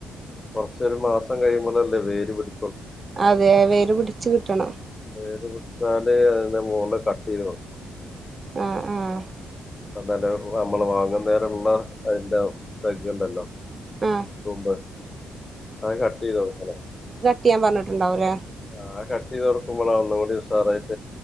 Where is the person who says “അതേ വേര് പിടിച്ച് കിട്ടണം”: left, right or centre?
Right